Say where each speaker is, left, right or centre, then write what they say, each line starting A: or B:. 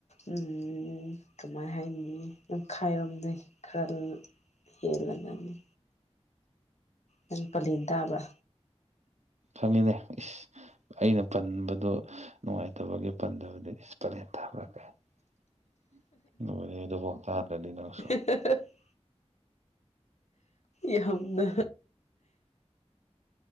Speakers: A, on the left; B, on the right.
A: ꯎꯝ ꯀꯃꯥꯏ ꯍꯥꯏꯅꯤ ꯂꯥꯝꯈꯥꯏꯔꯣꯝꯗꯩ ꯈꯔ ꯍꯦꯂꯒꯅꯤ ꯅꯪ ꯄꯥꯂꯦꯟ ꯇꯥꯕꯔꯥ
B: ꯈꯪꯉꯤꯅꯦ ꯑꯩꯅ ꯄꯟꯕꯗꯨ ꯅꯨꯡꯉꯥꯏꯇꯕꯒꯤ ꯄꯟꯗꯕꯅꯤ ꯏꯁ ꯄ꯭ꯂꯦꯟ ꯇꯥꯕꯔꯥ ꯒꯥꯢꯅ ꯂꫭꯏꯔ‌ꯦ ꯑꯗꯨꯐꯥ‌ꯎ ꯇꯥꯗꯔꯗꯤ ꯅꯪꯁꯨ
A: <inaudible> ꯌꯥꯝꯅ